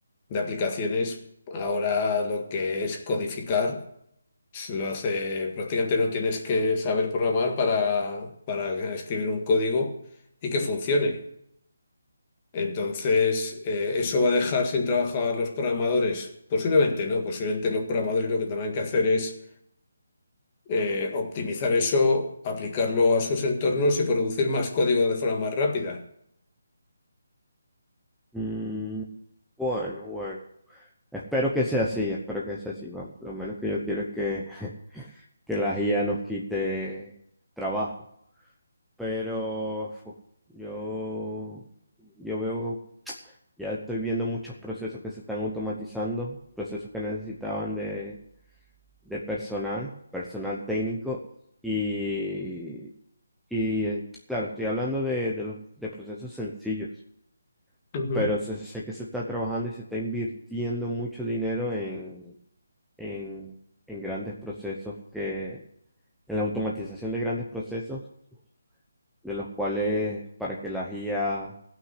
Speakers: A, on the left (about 25°); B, in the centre.
A: de aplicaciones, ahora lo que es codificar, se lo hace, prácticamente no tienes que saber programar para, para escribir un código y que funcione. Entonces, eh, ¿eso va a dejar sin trabajo a los programadores? Posiblemente no, posiblemente los programadores lo que tendrán que hacer es eh, optimizar eso, aplicarlo a sus entornos y producir más código de forma más rápida.
B: Mm, bueno, bueno. Espero que sea así, espero que sea así. Vamos, lo menos que yo quiero es que, <laughs> que la IA nos quite trabajo. Pero fu, yo, yo veo, ya estoy viendo muchos procesos que se están automatizando, procesos que necesitaban de, de personal, personal técnico. Y, y eh, claro, estoy hablando de, de los, de procesos sencillos,
A: Ujú,
B: pero sé, sé que se está trabajando y se está invirtiendo mucho dinero en en, en grandes procesos que, en la automatización de grandes procesos, de los cuales para que las IA